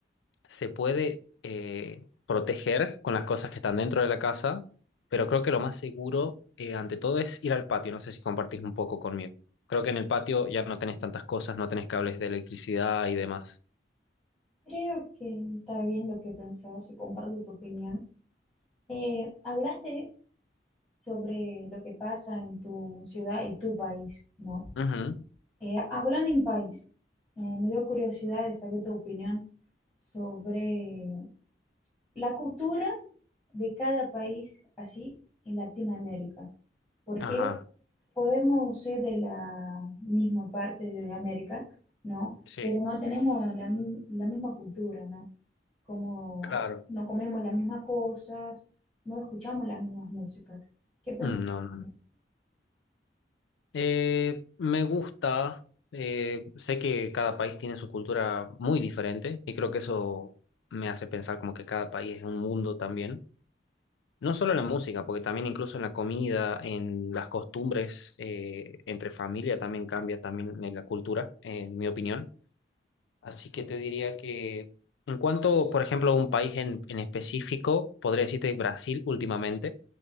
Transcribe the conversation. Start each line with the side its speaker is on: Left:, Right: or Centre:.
Left: se puede eh, proteger con las cosas que están dentro de la casa, pero creo que lo más seguro, eh, ante todo, es ir al patio. No sé si compartís un poco conmigo. Creo que en el patio ya no tenés tantas cosas, no tenés cables de electricidad y demás.
Centre: Creo que está bien lo que pensabas y comparto tu opinión. Eh, hablaste sobre lo que pasa en tu ciudad y tu país, ¿no?
Left: Ujú.
Centre: Eh, hablando en país, eh, me dio curiosidad de saber tu opinión sobre la cultura de cada país así en Latinoamérica. Porque
Left: Ajá,
Centre: podemos ser de la misma parte de América, ¿no?
Left: sí,
Centre: Pero no tenemos la, mi- la misma cultura, ¿no? Como
Left: claro.
Centre: no comemos las mismas cosas, no escuchamos las mismas músicas. ¿Qué piensas?
Left: Mm, No, no,
Centre: sobre-
Left: no.
Centre: eso?
Left: Eh, me gusta, eh, sé que cada país tiene su cultura muy diferente y creo que eso me hace pensar como que cada país es un mundo también. No solo en la música, porque también incluso en la comida, en las costumbres, eh, entre familia también cambia también en la cultura, en mi opinión. Así que te diría que en cuanto, por ejemplo, a un país en, en específico, podría decirte Brasil últimamente.